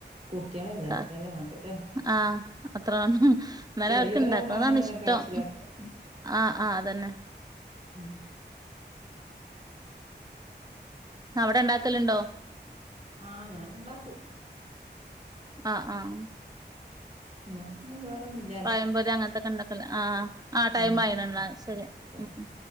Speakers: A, on the right; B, on the right.
A: കുട്ടികളല്ലേ
B: ക്ക
A: അത്രയെല്ലാം വേണ്ടൂല്ലേ
B: ആഹ് അത്രണം ന്നാലും
A: ചെറിയോലാവുമ്പോ
B: അവർക്ക് ഇണ്ടാക്ക്ണതാണ്
A: അങ്ങനെല്ലാം
B: ഇഷ്ടം
A: കഴിച്ചിലാക്കാം
B: ആഹ് ആഹ് അതന്നെ
A: ഉം
B: അവടെ ഇണ്ടാക്കല്ണ്ടോ
A: ആഹ് ഞാൻ ഉണ്ടാക്കും
B: ആഹ് ആഹ്
A: ന്നാ പിന്നെ വേറൊന്നും ഇ
B: പയം പൊരി അങ്ങൻത്തൊക്കെ ഇണ്ടാക്കല്ലേ ആഹ് ആഹ് ആ ടൈം
A: ആഹ്
B: ആയിണു ഇന്നാ ശരി
A: ആഹ്
B: ഉം ഉം